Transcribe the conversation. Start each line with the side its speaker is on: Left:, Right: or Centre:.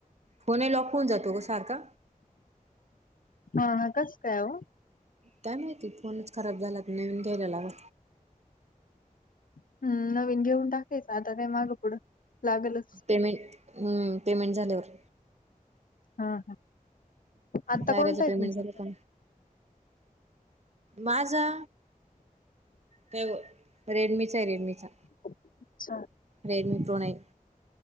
Right: कोणाला फोन जातो ग सारखा.
Left: हा हा, कस काय हो.
Right: काय माहिती फोनच खराब झालात नवीन घ्यायला लागल.
Left: हम्म नवीन घेऊन टाकायचं आता काय मागं पुढं. लागलच.
Right: पेमेंट हम्म पेमेंट झाल्यावर.
Left: हा हा, आता
Right: कार्याचं
Left: कोणता आहे
Right: पेमेंट
Left: तुमचं.
Right: झालं का माझा काय व. रेडमीचा आहे रेडमीचा.
Left: <unintelligible> छान
Right: रेडमी प्रो नाईन.